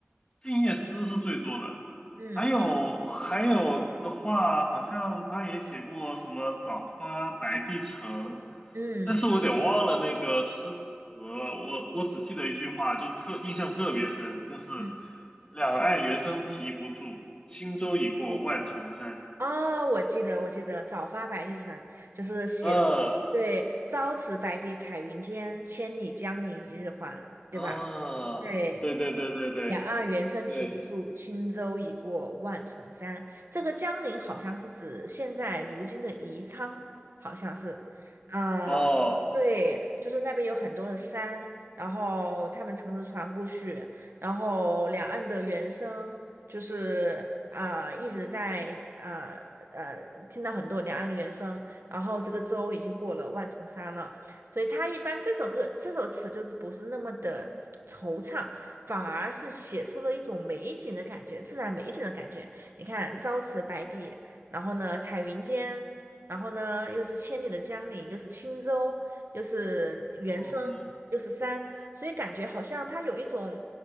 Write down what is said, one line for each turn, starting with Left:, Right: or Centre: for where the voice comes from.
Left: 静夜思》是最多的，
Right: 嗯
Left: 还有还有的话，好像他也写过什么“早发白帝城”，
Right: 嗯
Left: 但是我得忘了那个诗词了。我我只记得一句话，就特印象特别深，就是
Right: 嗯，
Left: “两岸猿声啼不住，轻舟已过万重山”。
Right: 哦，哦我记得，我记得“早发白帝城”就是写的对，
Left: 呃
Right: “朝辞白帝彩云间，千里江陵一日还”，对吧？
Left: 啊，
Right: 对。
Left: 对对对对对
Right: 两岸猿声啼不住，
Left: 对，
Right: 轻舟已过万重山。这个江陵好像是指现在如今的宜昌，好像是，呃，
Left: 哦，
Right: 对，就是那边有很多的山，然后他们乘着船过去，然后两岸的猿声就是啊、一直在啊呃，呃听到很多两岸的猿声，然后这个舟已经过了万重山了。所以他一般这首歌这首词就是不是那么的惆怅，反而是写出了一种美景的感觉，自然美景的感觉。你看朝辞白帝，然后呢彩云间，然后呢又是千里的江陵，又是轻舟，又是原声，
Left: 嗯。
Right: 又是山，所以感觉好像他有一种